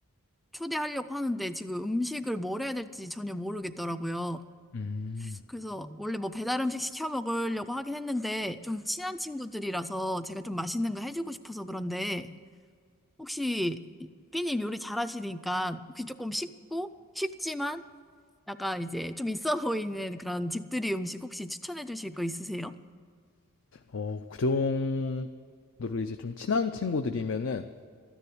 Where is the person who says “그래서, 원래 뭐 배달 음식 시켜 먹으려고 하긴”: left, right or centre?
Centre